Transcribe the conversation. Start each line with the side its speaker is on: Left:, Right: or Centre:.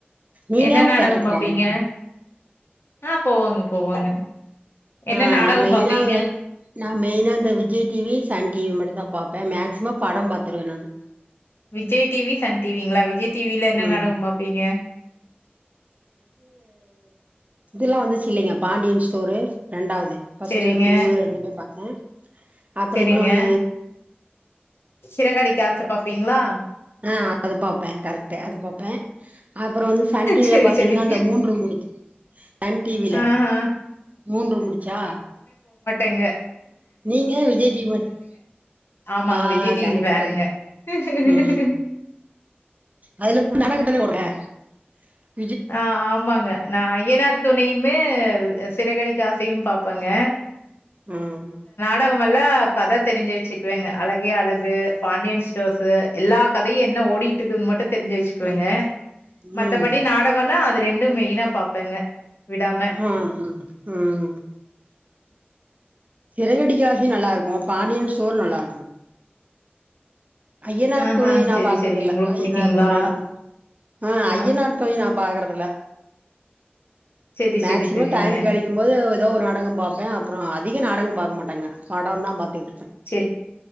Right: நீங்க
Left: என்ன நாடகம்
Right: தேட்டருக்கு
Left: பாப்பீங்க
Right: போவிங்களா
Left: ஆ போவோங்க போவோங்க என்ன
Right: ஆ
Left: நாடகம்
Right: நா மெயினா
Left: பாப்பீங்க
Right: நா மெயினா அந்த விஜய் டிவி சன் டிவி மட்டுந்தா பாப்பே மேக்சிமம் படம் பாத்துருவே நானு
Left: விஜய் டிவி சன் டிவிங்களா விஜய் டிவில என்ன
Right: ம்
Left: நாடகம் பாப்பீங்க
Right: இதுலா வந்துச்சு இல்லைங்க பாண்டியன் ஸ்டோரு ரெண்டாவது ஃபஸ்ட்டு
Left: செரிங்க
Right: டூவு ரெண்டுமே பாத்த அப்புறம்
Left: செரிங்க
Right: இன்னொன்னுங்க
Left: சிறகடிக்க ஆசை பாப்பீங்களா
Right: ஆஹ் அது பாப்பேன் கரெகட் அது பாப்பேன் அப்புறம் வந்து சன் டிவில
Left: செரி
Right: பாத்தீங்கன்னா
Left: செரி
Right: அந்த மூன்று முடிச்சு சன் டிவில
Left: ஆஹா
Right: மூன்று முடிச்சா
Left: எங்க
Right: நீங்க விஜய் டிவி மட்டும்
Left: ஆமாங்க
Right: ஆஹ்
Left: விஜய் டிவி
Right: கரெக்ட்
Left: ஃபேனுங்க
Right: உம் அதுல ஃபுல் நாடகம் தானே ஓடும் <inaudible>
Left: ஆஹ் ஆமாங்க நான் ஐயனார் துணை மே சிறகடிக்க ஆசையும் பாப்பேங்க
Right: உஹம்
Left: அண்ணாமல கதை தெரிஞ்சு வச்சுக்குவேங்க அழகே அழகு பாண்டியன் ஸ்டோர்ஸ்சு எல்லா கதையும் என்ன ஓடிட்டு இருக்குதுனு மட்டும் தெரிஞ்சு வச்சுக்குவேங்க
Right: ம்
Left: மத்தபடி
Right: ம்
Left: நாட்டு நான் அது ரெண்டும் மெயினா பாப்பேங்க விடாம.
Right: ஹம் உஹம்
Left: உ
Right: சிறகடிக்க ஆசைநல்லா இருக்க பாண்டியன் ஸ்டோர் நல்லா இருக்கும் ஐயனார்
Left: ஆஹா.
Right: துணை நான்
Left: சரி,
Right: பாக்கறது
Left: சரி.
Right: இல்ல
Left: உங்களுக்கு
Right: ஐயனார்
Left: புடிக்குங்களா?
Right: துணையிலும் ஆஹ்
Left: ஆஹா.
Right: ஐயனார் துணை நான் பாக்கறதுல
Left: சரி,
Right: மேக்சிமம்
Left: சரி, சரிங்க.
Right: டைம் கிடைக்கும் போது ஏதோ ஒரு நாடகம் பார்ப்பேன் அப்புறம் அதிக நாடகம் பார்க்க மாட்டேன் படம் தான் பாத்துட்டு
Left: செரி